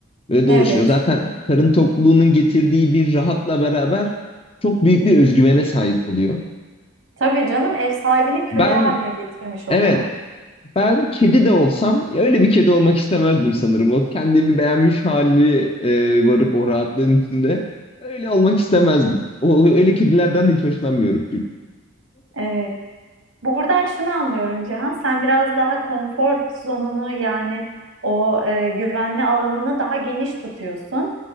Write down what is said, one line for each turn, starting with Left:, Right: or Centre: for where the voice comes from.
Left: Böyle
Right: Evet.
Left: dolaşıyor. Zaten karın tokluğunun getirdiği bir rahatla beraber çok büyük bir özgüvene sahip oluyor.
Right: Tabii canım ev sahibini köle
Left: Ben
Right: haline getirmiş oluyor.
Left: evet, ben kedi de olsam ya öyle bir kedi olmak istemezdim sanırım. O kendini beğenmiş hali e, varıp o rahatlığın içinde öyle olmak istemezdim. O, öyle kedilerden de hiç hoşlanmıyorum çünkü.
Right: Evet. Buradan şunu anlıyorum Cihan, sen biraz daha konfor zonunu yani o e, güvenli alanını daha geniş tutuyorsun.